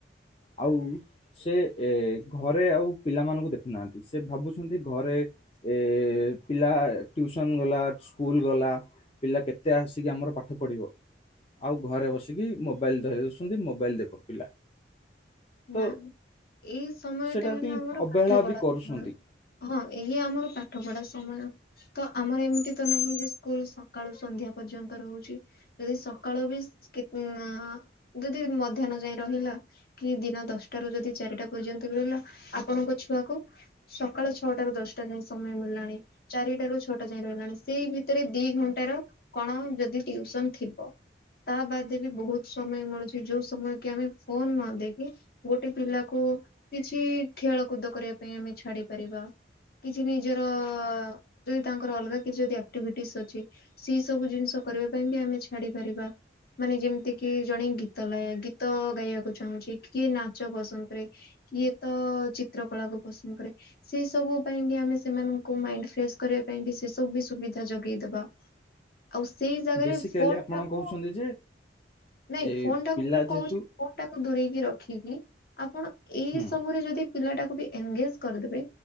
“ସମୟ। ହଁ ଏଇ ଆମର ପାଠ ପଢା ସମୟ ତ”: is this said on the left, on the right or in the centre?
Left